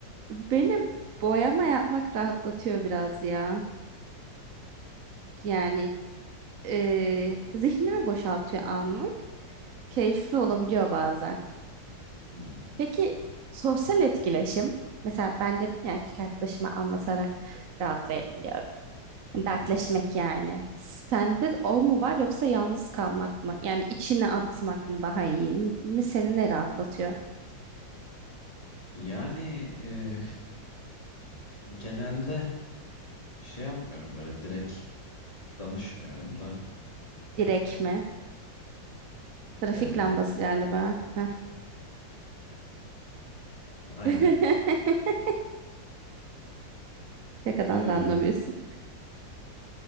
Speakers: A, on the right; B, on the left.
A: beni boyama yapmak rahatlatıyor biraz ya. Yani eee zihnimi boşaltıyor anlık. Keyifli olabiliyor bazen.
B: Hmm.
A: Peki sosyal etkileşim? Mesela ben dedim ya erkek arkadaşıma anlatarak rahatlayabiliyorum.
B: Hı
A: Dertleşmek
B: hı.
A: yani. Sende de o mu var yoksa yalnız kalmak mı? Yani içine atmak mı daha iyi? Ne seni ne rahatlatıyor?
B: Yani e, genelde şey yapmıyorum böyle direkt danışmıyorum da
A: Direk mi? Trafik
B: yani
A: lambası galiba. Heh.
B: aynen
A: <laughs> Şakadan
B: E,
A: da anlamıyorsun.